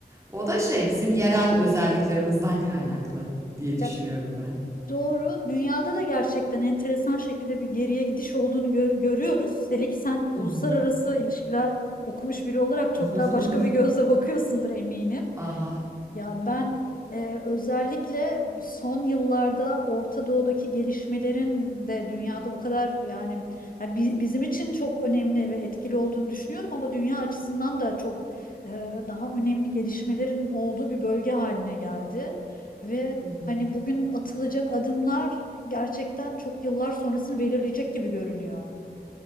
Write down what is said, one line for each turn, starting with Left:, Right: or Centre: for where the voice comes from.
Right: O da şey bizim yerel özelliklerimizden kaynaklı diye
Left: Ya
Right: düşünüyorum ben.
Left: doğru. Dünyada da gerçekten enteresan şekilde bir geriye gidiş olduğunu gör- görüyoruz. Hele ki sen uluslararası
Right: Hı hı.
Left: ilişkiler okumuş biri olarak çok
Right: <laughs>
Left: daha başka bir gözle bakıyorsundur eminim.
Right: Aha.
Left: Ya ben e, özellikle son yıllarda Orta Doğu'daki gelişmelerin de dünyada o kadar yani, yani bi- bizim için çok önemli ve etkili olduğunu düşünüyorum ama dünya açısından da çok e, daha önemli gelişmelerin olduğu bir bölge haline geldi. Ve
Right: Hı hı.
Left: hani bugün atılacak adımlar gerçekten çok yıllar sonrasını belirleyecek gibi görünüyor.